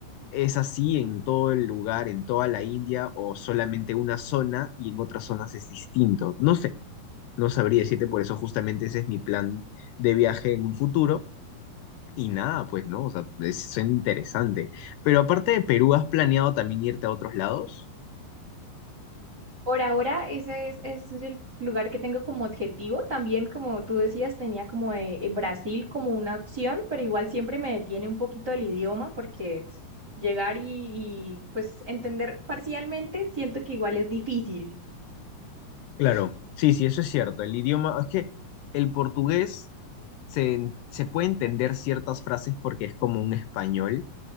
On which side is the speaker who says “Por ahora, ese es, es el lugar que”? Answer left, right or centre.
Right